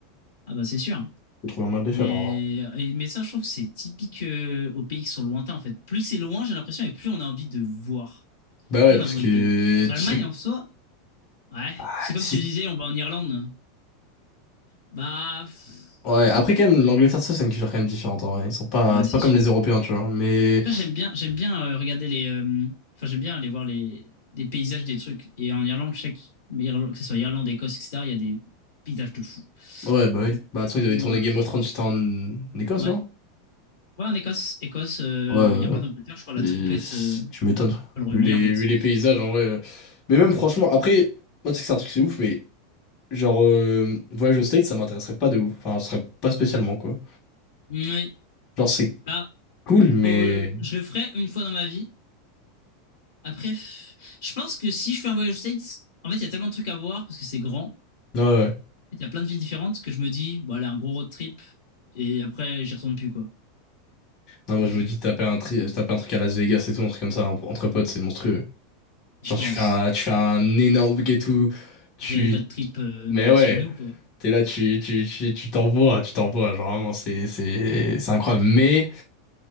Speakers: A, on the left; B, on the left.
A: Ah bah c'est sûr.
B: faut trouver un moyen de les faire,
A: Mais,
B: l'argent.
A: et- mais ça, je trouve que c'est typique euh, aux pays qui sont lointains, en fait. Plus c'est loin, j'ai l'impression, et plus on a envie de voir.
B: Bah
A: Plus
B: ouais,
A: on
B: parce
A: a envie
B: que
A: de... Sur
B: tu
A: l'Allemagne,
B: sais.
A: en soi, ouais.
B: ah,
A: C'est comme
B: tu sais-
A: si je disais, on va en Irlande. Bah, pff,
B: Ouais, après, quand même, l'Angleterre, ça, c'est une culture quand même différente, en vrai. Ils sont pas.
A: ouais,
B: C'est
A: c'est
B: pas comme
A: sûr.
B: les Européens, tu vois. Mais.
A: Après, j'aime bien, j'aime bien euh, regarder les. euh, Enfin, j'aime bien aller voir les, des paysages des trucs. Et en Irlande, je sais que, mais Irlande- que ce soit Irlande, Écosse, etc., il y a des paysages de fou.
B: Ouais, bah oui.
A: Paysages
B: Bah,
A: de
B: de toute façon, ils
A: fou.
B: avaient tourné
A: euh,
B: Game of Thrones, c'était en Écosse,
A: ouais.
B: non?
A: Ouais, en Écosse, Écosse, euh,
B: Ouais, ouais.
A: Irlande, Angleterre, je crois la
B: ouais. Et
A: triplette,
B: c'est-
A: euh,
B: tu m'étonnes.
A: enfin, le Royaume-Uni
B: Vu les,
A: en fait.
B: vu les paysages, en vrai. euh. Mais même, franchement, après, moi, tu sais que c'est un truc, c'est ouf, mais genre, euh, voyage au States, ça m'intéresserait pas de ouf. Enfin, ce serait pas spécialement, quoi.
A: Ouais.
B: Genre, c'est
A: Bah,
B: cool, mais.
A: faut- je le ferai une fois dans ma vie. Après, f- je pense que si je fais un voyage aux States, en fait, il y a tellement de trucs à voir parce que c'est grand. En
B: Ouais, ouais.
A: fait, il y a plein de villes différentes que je me dis, bon, allez, un gros road trip. Et après, j'y retourne plus, quoi.
B: Non, moi,
A: Je-
B: je me dis, taper un, tri... taper un truc à Las Vegas et tout, un truc comme ça, en- entre potes, c'est monstrueux.
A: je
B: Genre,
A: pense.
B: tu fais un, tu fais un énorme bouquet tout. Tu.
A: Very bad trip euh,
B: Mais
A: version
B: ouais,
A: nous, quoi.
B: t'es là, tu tu tu tu t'envoies, tu t'envoies. Genre, vraiment, c'est c'est- c'est incroyable. Mais.